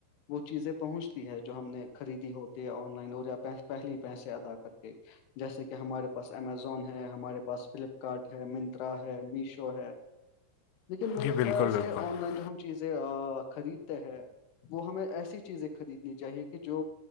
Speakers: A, on the left; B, on the left.
A: وہ چیزیں پہنچتی ہے جو ہم نے خریدی ہوتی ہے آن لائن اور یا پہلے ہی پیسے ادا کر کے جیسے کہ کہ ہمارے پاس امیزون ہے ہمارے پاس فلپکارٹ ہے منترا ہے میشو ہے لیکن میرے
B: جی بالکل
A: خیال سے
B: بالکل
A: آن لائن جو ہم چیزیں خریدتے ہیں وہ ہمیں ایسی چیزیں خریدنی چاہیے کہ جو